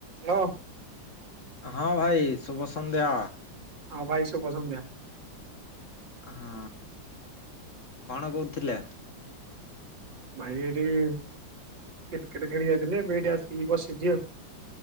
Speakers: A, on the right; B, on the left.
A: ହଉଁ <unintelligible>
B: ହଁ ଭାଇ ଶୁଭ ସନ୍ଧ୍ୟା,
A: ହଁ ଭାଇ ଶୁଭ ସନ୍ଧ୍ୟା,
B: ହଁ, କଣ କହୁଥିଲେ?
A: ଭାଇ ଏଠି କ୍ରିକେଟ୍ ଖେଳି ଯାଇଥିଲି, ଏବେ ଏଠି ଆସିକି ବସିଛି ଆଉ